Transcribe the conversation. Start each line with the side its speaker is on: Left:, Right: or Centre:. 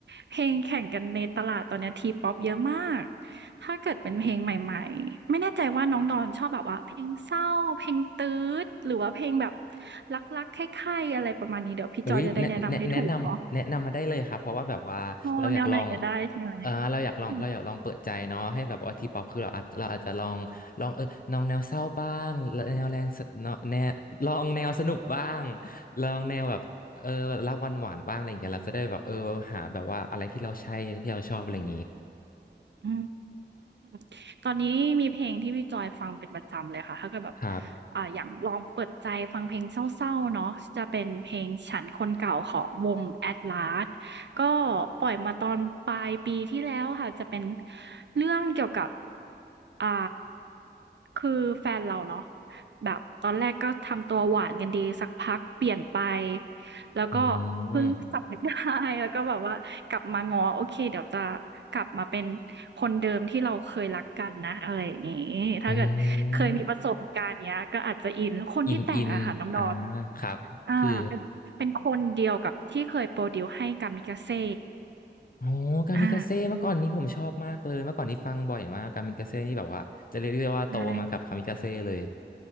Right: เพลงแข่งกันในตลาดตอนเนี้ทีป๊อปเยอะมาก ถ้าเกิดเป็นเพลงใหม่ๆไม่แน่ใจว่าน้องดอนชอบแบบว่าเพลงเศร้าเพลงตื๊ดหรือว่าเพลงแบบรักๆใคร่ๆอะไรประมาณนี้เดี๋ยวพี่จอยจะได้แนะนำให้ถูกเนาะ
Left: อุ๊ยแนะแนะแนะนำ แนะนำ มาได้เลยครับเพราะว่าแบบว่าเราอยากลอง
Right: โอ้แนวไหนก็ได้ใช่ไหม
Left: เออเราอยากลองเราอยากลองเปิดใจเนาะให้แบบว่าทีป๊อปคือเราอาจเราอาจจะลองลองเออลองแนวเศร้าบ้างแนวแรงสแนวแนวลองแนวสนุกบ้าง
Right: อืม
Left: ลองแนวแบบเออรักหวานหวานบ้างอะไรอย่างเงี้ยเราจะได้แบบเออหาแบบว่าอะไรที่เราใช่ที่เราชอบอะไรอย่างงี้
Right: อืม อืมตอนนี้มีเพลงที่พี่จอยฟังเป็นประจำเลยค่ะถ้าเกิดแบบ
Left: ครับ
Right: อ่าอยากลองเปิดใจฟังเพลงเศร้าๆเนาะจะเป็นเพลงฉันคนเก่าของวงแ Atlas ก็ปล่อยมาตอนปลายปีที่แล้วค่ะจะเป็นเรื่องเกี่ยวกับอ่าคือแฟนเราเนาะแบบตอนแรกก็ทำตัวหวานกันดีสักพักเปลี่ยนไป แล้วก็เพิ่งสำนึกได้
Left: อืม
Right: <laughs> แล้วก็แบบว่ากลับมาง้อโอเคเดี๋ยวจะกลับมาเป็นคนเดิมที่เราเคยรักกันนะอะไรอย่างงี้ถ้าเกิดเคยมีประสบการณ์เนี้ยก็อาจจะอินแล้วคนที่แต่งอะค่ะน้องดอน
Left: อ๋ออินอินอ่าครับคือ
Right: อาเป็นเป็นคนเดียวกับที่เคยโปรดิวซ์ให้ Kamikaze
Left: อ๋อกามิกาเซ่เมื่อก่อนนี้ผมชอบมากเลยเมื่อก่อนนี้ฟังบ่อยมากกามิกาเซ่นี่แบบว่าจะเรียกได้ว่าโตมากับกามิกาเซ่เลย
Right: อาใช่